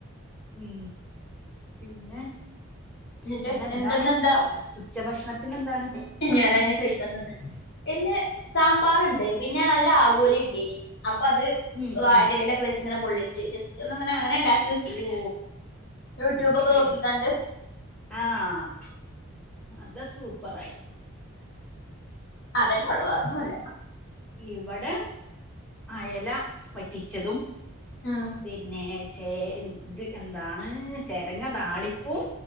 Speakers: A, in the centre; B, on the left.
A: ഉം പിന്നെ
B: എന്നിട്ട്
A: പിന്നെന്താണ്
B: എന്തെന്നെന്താ
A: ഉച്ചഭക്ഷണത്തിന് എന്താണ്?
B: ഞാനയ്നന്നെ ചോയ് ഇന്ന് സാമ്പാറിണ്ട് പിന്നെ നല്ല ആവോലി കിട്ടീനി അപ്പൊ അത്
A: ഉം
B: വാഴേൻ്റെ
A: ഉം
B: എലേലൊക്കെ വെച്ച് ഇങ്ങനെ പൊള്ളിച്ച് ജസ്റ്റ് ജസ്റ്റ് ഒന്നങ്ങനെ അങ്ങനെ ഉണ്ടാക്കി നോക്കി
A: ഓ
B: യൂട്യൂബ് ഒക്കെ
A: അട്
B: നോക്കിക്കണ്ട്
A: ആഹ് അത് സൂപ്പറായി
B: അതന്നെ ഉള്ളൂ വേറൊന്നൂല
A: ഇവടെ അയല വറ്റിച്ചതും
B: ആഹ്
A: പിന്നെ ചേ എന്താണ് ചെരങ്ങ താളിപ്പും